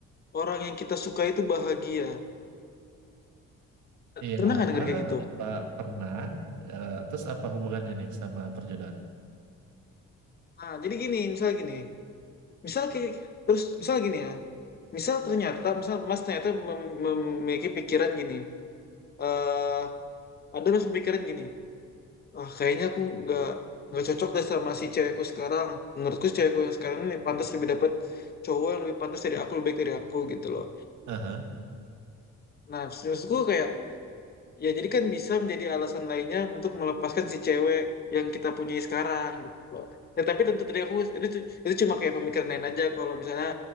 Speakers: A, on the left; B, on the right.
A: orang yang kita suka itu bahagia.
B: Iya,
A: Pernah gak denger kayak gitu?
B: pa- pernah. Eh, terus apa hubungannya nih sama perjodohan?
A: Nah, jadi gini, misalnya gini. misal kayak terus misal gini ya misal ternyata misal mas ternyata mem- memiliki pikiran gini eh ada mas pemikiran gini ah kayaknya aku nggak nggak cocok deh sama si cewekku sekarang menurutku si cewekku yang sekarang ini pantas lebih dapat cowok yang lebih pantas dari aku lebih baik dari aku gitu loh
B: Aha.
A: nah maksudku kayak ya jadi kan bisa menjadi alasan lainnya untuk melepaskan si cewek yang kita punyai sekarang gitu loh ya, tapi tentu tadi aku itu itu cuma kayak pemikiran lain aja kalau misalnya